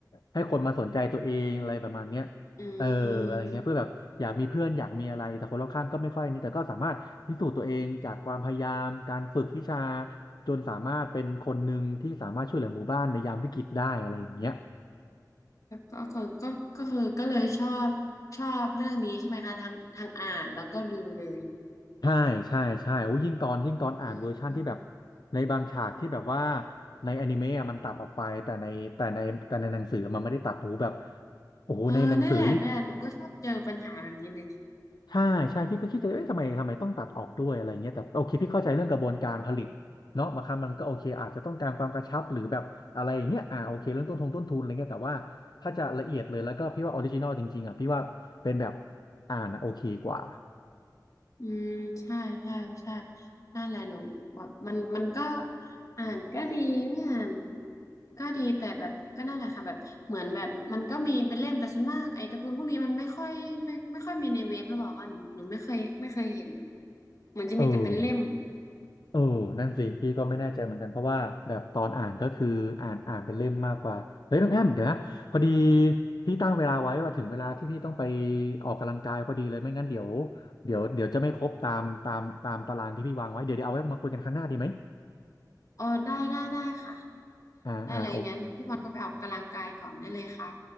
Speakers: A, on the left; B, on the left.
A: ให้คนมาสนใจตัวเองอะไรประมาณเนี้ย
B: อืม
A: เอออะไรเงี้ยเพื่อแบบอยากมีเพื่อนอยากมีอะไรแต่คนรอบข้างก็ไม่ค่อยอันนี้แต่ก็สามารถพิสูจน์ตัวเองจากความพยายามการฝึกวิชา จนสามารถเป็นคนหนึ่งที่สามารถช่วยเหลือหมู่บ้านในยามวิกฤตได้อะไรอย่างเงี้ย
B: ก็ก็คือก็ก็คือก็เลยชอบชอบเรื่องนี้ใช่ไหมคะทั้งทั้งอ่านแล้วก็ดูเลย
A: ใช่ใช่ใช่โอ้ยิ่งตอนยิ่งตอนอ่านเวอร์ชั่นที่แบบ
B: อืม
A: ในบางฉากที่แบบว่าในอนิเมะอะมันตัดออกไปแต่ในแต่ในแต่ในหนังสือมันไม่ได้ตัดโอ้โหแบบโอ้โหในหนังสือนี่
B: เออนั่นแหละนั่นแหละหนูก็ชอบเจอปัญหาแบบนี้เลย
A: ใช่ใช่พี่ก็คิดจะเอ๊ะทำไมทำไมต้องตัดออกด้วยอะไรเงี้ยแต่โอเคพี่เข้าใจเรื่องกระบวนการผลิตเนาะบางครั้งมันก็โอเคอาจจะต้องการความกระชับหรือแบบอะไรอย่างเงี้ยอ่าโอเคเรื่องต้นทุนต้นทุนอะไรเงี้ยแต่ว่าถ้าจะละเอียดเลยแล้วก็พี่ว่าออริจินอลจริงๆอ่ะพี่ว่าเป็นแบบอ่านอะโอเคกว่า
B: อืมใช่ใช่ใช่นั่นแหละหนูแบบมันมันก็อ่านก็ดีไม่อ่านก็ดีแต่แบบก็นั่นแหละค่ะแบบเหมือนแบบมันก็มีเป็นเล่มแต่ส่วนมากไอ้การ์ตูนพวกนี้มันไม่ค่อยไม่ไม่ค่อยมีในเว็บหรือเปล่าคะหนูหนูไม่เคยไม่เคยเห็นอะเหมือนจะมีแต่เป็นเล่ม
A: เออ เออนั่นสิพี่ก็ไม่แน่ใจเหมือนกันเพราะว่าแบบตอนอ่านก็คืออ่านอ่านเป็นเล่มมากกว่าเฮ้ยน้องแอมเดี๋ยวนะพอดีพี่ตั้งเวลาไว้ว่าถึงเวลาที่พี่ต้องไปออกกำลังกายพอดีเลยไม่งั้นเดี๋ยวเดี๋ยวเดี๋ยวจะไม่ครบตามตามตามตารางที่พี่วางไว้เดี๋ยวเดี๋ยวเอาไว้มาคุยกันครั้งหน้าดีไหม
B: อ๋อได้ได้ได้ค่ะ
A: อ่าอ่าโอ
B: ได้เลยงั้นพี่บอลก็ไปออกกำลังกายก่อนได้เลยค่ะ